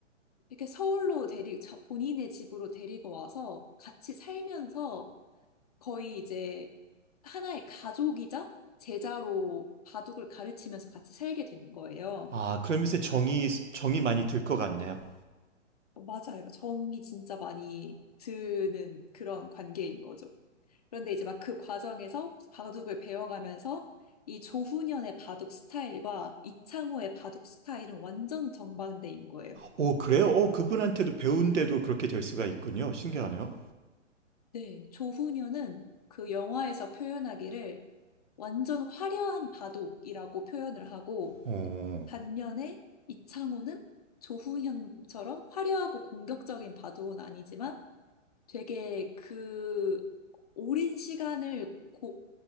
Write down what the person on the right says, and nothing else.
아, 그러면서 정이, 정이 많이 들 것 같네요.
오, 그래요? 오, 그분한테도 배운데도
그렇게 될 수가 있군요. 신기하네요.
오,